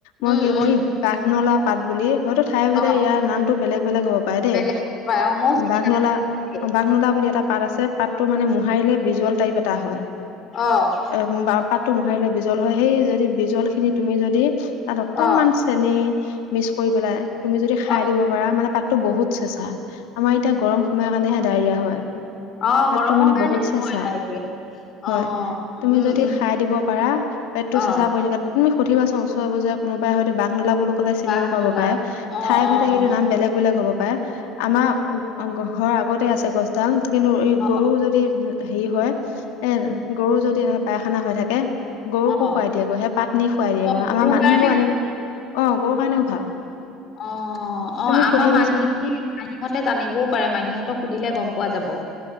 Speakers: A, on the left; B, on the left.
A: মই
B: উম
A: কি
B: উম
A: কৰো ই বাঘনলা পাত বুলি হয়টো ঠাই ভেদে
B: অ
A: ইয়াৰ নামটো বেলেগ বেলেগ হ'ব পাৰে দেই
B: বেলেগ ময়ো চিনি
A: বাঘনলা
B: নাপাওঁ
A: বাঘনলা বুলি এটা পাত আছে পাতটো মানে মোহাৰিলে বিজল টাইপ এটা হয়
B: অ'।
A: এ পাতটো মোহাৰিলে বিজল হয়। সেই যদি বিজল খিনি তুমি যদি তাত অকনমান
B: অ
A: চেনি মিক্স কৰি পেলাই তুমি যদি খাই
B: অ
A: দিব পাৰা। মানে পা বহুত চেঁচা আমাৰ এতিয়া গৰম সোমাই কাৰণেহে
B: অ
A: ডায়ৰিয়া হয়।
B: অ
A: পাতটো
B: গৰমৰ
A: মানে
B: কাৰণে
A: বহুত চেঁচা।
B: হোৱা নাই এতিয়া
A: হয়।
B: অ
A: তুমি
B: উম
A: যদি
B: উম
A: খাই দিব পাৰা পেটতটো
B: অ
A: চেঁচা পৰি থাকে। তুমি সুধিবা চোন ওচৰে পাজৰে কোনোবাই হয়তো বাঘনলা বুলিও ক'লে চিনিও
B: বাঘ
A: পাব
B: নলা
A: পাৰে,
B: অ
A: ঠাই
B: অ
A: ভেদে কিন্তু
B: অ অ
A: নাম বেলেগ বেলেগ হ'ব পাৰে। আমাৰ ঘৰ আগতে আছে গছডাল কিন্তু এই
B: অ অ
A: গৰু যদি হেৰি হয় এ, গৰু যদি এনেকে পায়খানা হৈ থাকে। গৰুকো
B: অ
A: খুৱাই দিয়েগৈ সেই পাত নি খুৱাই দিয়েগৈ
B: অ গৰুৰ
A: আমাৰ মানুহে
B: কাৰণে
A: বাৰু এনেকে, অ' গৰুৰ কাৰণেও ভাল।
B: অ' অ'
A: তুমি
B: আমাৰ
A: সুধিবাচোন
B: মাহী মাহীহঁতে জানিবও পাৰে মাহীহঁতক সুধিলে গম পোৱা যাব।